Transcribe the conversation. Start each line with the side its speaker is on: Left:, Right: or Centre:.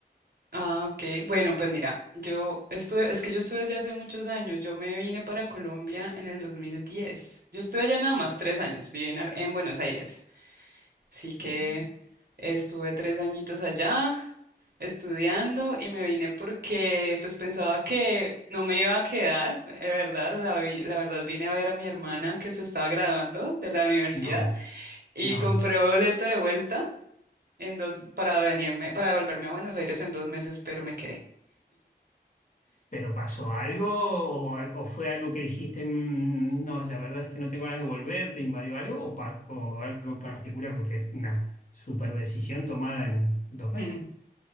Right: Ah, ok. Bueno, pues mira, yo estuve, es que yo estuve allá hace muchos años. Yo me vine para Colombia en el 2010. Yo estuve allá nada más tres años, viví en, Ar- en Buenos Aires. Así que
Left: Uh.
Right: estuve tres añitos allá. estudiando y me vine porque pues pensaba que no me iba a quedar, de verdad, la, vi- la verdad vine a ver a mi hermana que se estaba graduando de la universidad
Left: No,
Right: y
Left: no.
Right: compré boleto de vuelta en dos para venirme, para devolverme a Buenos Aires en dos meses, pero me quedé.
Left: ¿Pero pasó algo o, al- o fue algo que dijiste, "Mm, no, la verdad es que no tengo ganas de volver, te invadió algo o, pa- o algo en particular? Porque es una super decisión tomada en dos meses.
Right: <laughs>